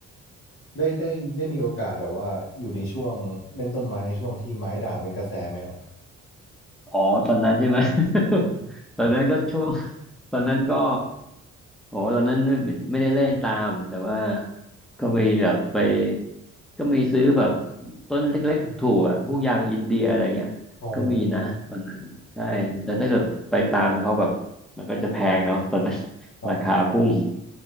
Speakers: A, on the left (about 45°); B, in the centre.
A: ได้ได้ได้มีโอกาสแบบว่าอยู่ในช่วงเล่นต้นไม้ในช่วงที่ไม้ด่างเป็นกระแสไหมครับ
B: อ๋อตอนนั้นใช่ไหม <laughs> ตอนนั้นก็ช่วงตอนนั้นก็ โอ้ตอนนั้นไม่ไม่ได้เล่นตามแต่ว่าก็มีแบบไปก็มีซื้อแบบต้นเล็กๆถูกๆอ่ะพวกยางอินเดียอะไรเงี้ยก็มีนะตอนนั้นใช่แต่ถ้าเกิดไปตามเขาแบบมันก็จะแพงเนาะตอนนั้น
A: อ๋อครับ
B: <laughs> ราคาพุ่ง